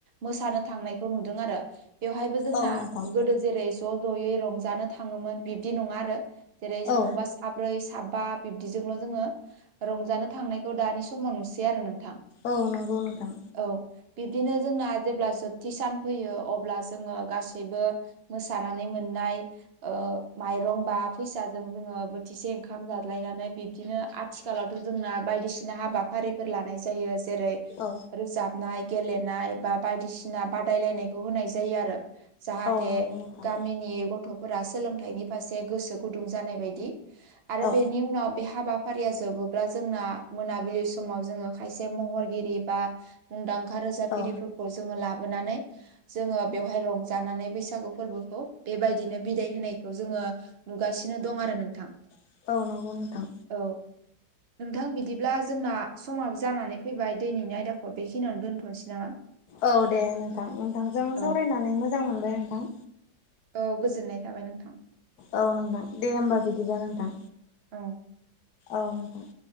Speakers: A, on the right; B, on the left.
A: मोसानो थांनायखौ नुदों आरो। बेवहायबो जोंना
B: औ नोंथां
A: गोदो जेरै ज' ज'यै रंजानो थाङोमोन बिबदि नङा आरो जेरै
B: औ
A: मबा साब्रै, साबा बिब्दिजोंल' जोङो रंजानो थांनायखौ दानि समाव नुसै आरो नोंथां।
B: औ नंगौ नोंथां।
A: औ बिब्दिनो जोंना जेब्ला जोबथि सान फैयो अब्ला जोङो गासैबो मोसानानै मोननाय ओ माइरं बा फैसाजों जोङो बोथिसे ओंखाम जालायनानै बिब्दिनो आथिखालावथ' जोंना बायदिसिना हाबाफारि <unintelligible> लानाय जायो। जेरै
B: औ
A: रोजाबनाय, गेलेनाय बा बायदिसिना बादायलायनायखौ होनाय जायो आरो। जाहाथे
B: औ नंगौ नोंथां
A: गामिनि गथ' -फोरा सोलोंथाइनि फारसे गोसो गुदुं जानाय बायदि आरो
B: औ
A: बेनि उनाव बे हाबा -फारिया जोबोब्ला जोंना मोनाबिलि समाव जोङो खायसे महरगिरि बा मुंदांखा रोजाबगिरिफोरखौ
B: औ
A: जोङो लाबोनानै जोङो बेवहाय रंजानानै बैसागु फोरबोखौ बेबायदिनो बिदाय होनायखौ जोङो नुगासिनो दं आरो नोंथां।
B: औ नंगौ नोंथां
A: औ नोंथां बिदि बिदिब्ला जोंना समाबो जानानै फैबाय दिनैनि आयदाखौ बेखिनियाव दोन्थ'नोसै नामा?
B: औ दे। नोंथां नोंथांजों सावराय
A: औ
B: मोजां मोनबाय नोंथां।
A: औ गोजोननाय थाबाय नोंथां।
B: औ नोंथां, दे होमबा बिदिब्ला नोंथां
A: औ
B: औ नोंथां।